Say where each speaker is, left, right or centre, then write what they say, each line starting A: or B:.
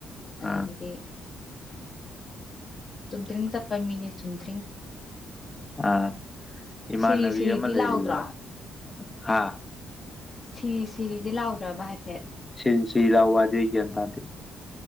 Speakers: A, on the left (about 40°); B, on the left (about 20°).
A: ꯑꯗꯒꯤꯗꯤ
B: ꯑꯥ
A: ꯆꯨꯝꯗ꯭ꯔꯤꯡ ꯆꯠꯄ ꯃꯤꯅꯦ ꯆꯨꯝꯗ꯭ꯔꯤꯡ
B: ꯑꯥ ꯏꯃꯥꯟꯅꯕꯤ
A: ꯁꯤꯔꯤ ꯁꯤꯔꯤꯗꯤ
B: ꯑꯃ ꯂꯩꯏꯕ
A: ꯂꯥꯎꯗ꯭ꯔꯣ
B: ꯍꯥ
A: ꯁꯤꯔꯤ ꯁꯤꯔꯤꯗꯤ ꯂꯥꯎꯗ꯭ꯔꯕ ꯍꯥꯏꯐꯦꯠ
B: ꯁꯤꯔꯤ ꯁꯤꯔꯤ ꯂꯥꯎꯕꯗꯤ ꯑꯩ ꯒꯤꯌꯥꯟ ꯇꯥꯗ‌ꯦ